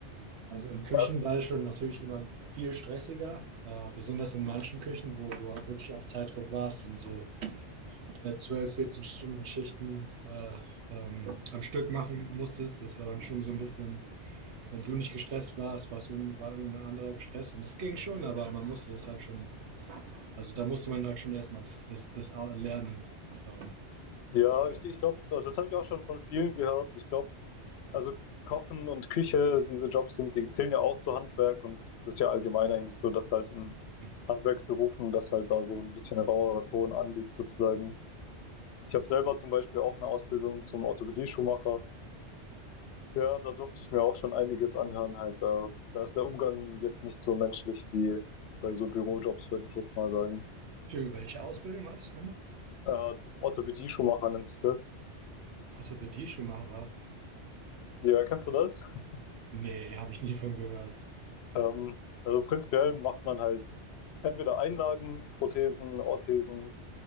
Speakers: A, on the right; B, on the left.
A: Also in Küchen
B: Ja,
A: war das schon natürlich immer viel stressiger, äh, besonders in manchen Küchen, wo du wirklich auf Zeitdruck warst und so äh, 12, 14 Stunden Schichten äh, ähm, am Stück machen musstest. Das war dann schon so ein bisschen, wenn du nicht gestresst warst, war's irgend, war irgendein anderer gestresst und das ging schon, aber man musste das halt schon, also da musste man halt schon erstmal das, das, das a- lernen. Ähm,
B: ja
A: ja.
B: ich, ich glaube, das habe ich auch schon von vielen gehört. Ich glaube, also Kochen und Küche, diese Jobs sind, die zählen ja auch zu Handwerk und das ist ja allgemein eigentlich so, dass halt in
A: Hm.
B: Handwerksberufen, dass halt da so ein bisschen ein rauerer Ton anliegt sozusagen. Ich habe selber zum Beispiel auch eine Ausbildung zum Orthopädie-Schuhmacher. Ja, da durfte ich mir auch schon einiges anhören halt. Da, da ist der Umgang jetzt nicht so menschlich wie bei so Bürojobs, würde ich jetzt mal sagen.
A: Entschuldigung, welche Ausbildung war das nochmal?
B: Äh, Orthopädie Schuhmacher nennt sich das.
A: Orthopädie-Schuhmacher?
B: Ja, kennst du das? <laughs>
A: Nee, habe ich nie von gehört.
B: Ähm, also prinzipiell macht man halt entweder Einlagen, Prothesen, Orthesen